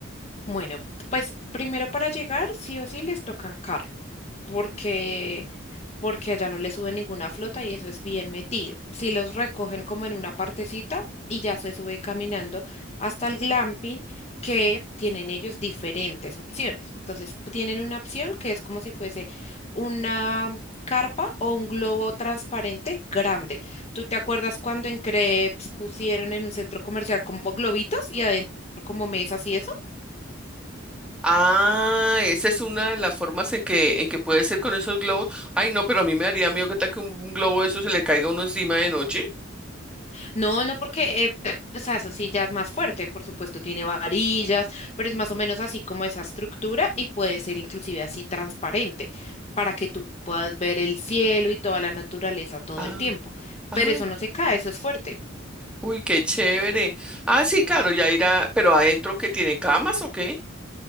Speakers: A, on the left (about 30°); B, in the centre.
A: Bueno, pues primero para llegar, sí o sí les tocan carro, porque porque allá no le sube ninguna flota y eso es bien metido. Si los recogen como en una partecita y ya se sube caminando hasta el glamping, que tienen ellos diferentes opciones. Entonces, tienen una opción que es como si fuese una carpa o un globo transparente grande. ¿Tú te acuerdas cuando en Crepes pusieron en un centro comercial como globitos y adentro como mesas y eso?
B: Ah, esa es una de las formas en que, en que puede ser con esos globos. Ay, no, pero a mí me daría miedo que tal que un, un globo de eso se le caiga a uno encima de noche.
A: No, no, porque, eh, pe- o sea, eso sí ya es más fuerte, por supuesto, tiene varillas, pero es más o menos así como esa estructura y puede ser inclusive así transparente para que tú puedas ver el cielo y toda la naturaleza todo
B: Ah,
A: el tiempo.
B: ay,
A: Pero eso no se cae, eso es fuerte.
B: uy, qué chévere. Ah, sí, claro, ya irá, pero adentro que tiene camas o qué?